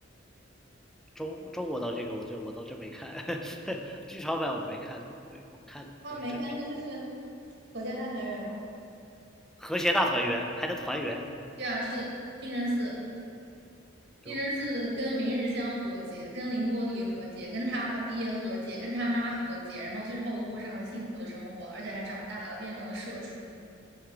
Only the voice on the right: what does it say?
啊，没看他就是合家大团圆了。
对啊，就是定真寺，定真寺跟明日香和解，
跟凌波丽和解，跟他爸爹和解，跟他妈和解，然后最后过上了幸福的生活，而且还长大了，变成了社畜。